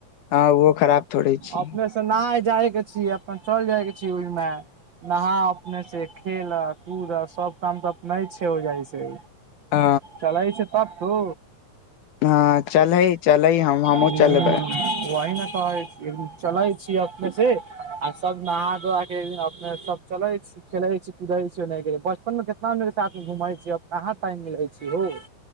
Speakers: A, on the left; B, on the right.
A: हँ ओहो खराब थोड़े छी
B: अपने से ना जाय के छीय अपन चल जाय के छी। की ओय म नहा अपने से खेलऽ कूदऽ सब काम तऽ अपने छै हो जाइ छै।
A: ह
B: चलै छै तब दू
A: हँ चलहै चलै हम हमहूँ
B: हूँ
A: चलबै
B: वही ने चलै छी अपने से आ सब नहा अपने सब चले छी खेलै छी कुद छी बचपन मे कितना सा घुम छी कहाँ टाइम मिलै छी हो।